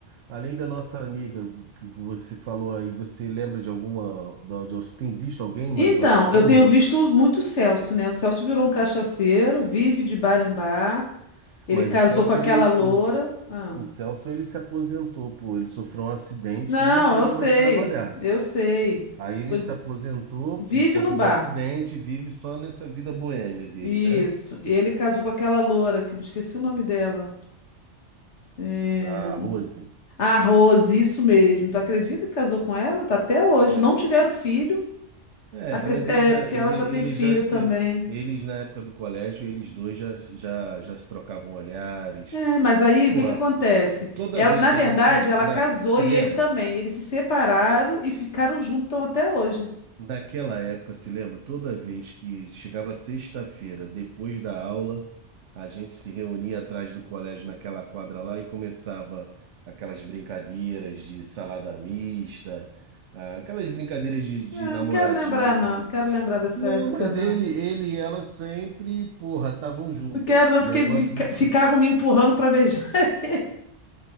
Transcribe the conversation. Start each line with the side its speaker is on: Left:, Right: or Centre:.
Right: além da nossa amiga que que você falou aí, você lembra de alguma, da- de- você tem visto alguém mais
Left: Então,
Right: lá da turma?
Left: eu tenho visto muito o Celso, né? O Celso virou um cachaceiro, vive de bar em bar. Ele
Right: Mas
Left: casou
Right: o Celso,
Left: com aquela
Right: ele,
Left: loura.
Right: o,
Left: Ah.
Right: o Celso, ele se aposentou, pô, ele sofreu um acidente
Left: Não,
Right: que ele não pode
Left: eu sei,
Right: mais trabalhar.
Left: eu sei.
Right: Aí ele
Left: Tô-
Right: se aposentou
Left: Vive
Right: por conta
Left: no bar.
Right: do acidente e vive só nessa vida boêmia dele,
Left: Isso.
Right: né?
Left: E ele casou com aquela loura, que eu me esqueci o nome dela. É...
Right: A Rose,
Left: A Rose, isso mesmo. Tu acredita que casou com ela? Tá até hoje.
Right: acredito.
Left: Não tiveram filho.
Right: É,
Left: Apes-
Right: mas
Left: É,
Right: ele já,
Left: porque
Right: ele,
Left: ela já tem
Right: ele
Left: filho
Right: já se,
Left: também.
Right: eles na época do colégio, eles dois já, já, já se trocavam olhares.
Left: É, mas aí
Right: Porra,
Left: o que que acontece?
Right: toda
Left: Ela-
Right: vez
Left: na
Right: que
Left: verdade,
Right: a gente,
Left: ela
Right: na-
Left: casou
Right: se
Left: e
Right: lembra?
Left: ele também. Eles se separaram e ficaram juntos tão até hoje.
Right: Naquela época, se lembra, toda vez que chegava sexta-feira, depois da aula, a gente se reunia atrás do colégio naquela quadra lá e começava aquelas brincadeiras de salada mista, ah, aquelas brincadeiras de, de
Left: Ah,
Right: namoradinho
Left: não quero lembrar,
Right: e
Left: não. Não quero lembrar dessa
Right: não,
Left: época,
Right: mas
Left: não.
Right: ele, ele e ela sempre, porra, estavam junto.
Left: Não quero, não,
Right: Negócio
Left: porque fica-
Right: disso.
Left: ficavam me empurrando pra beijar <laughs> ele.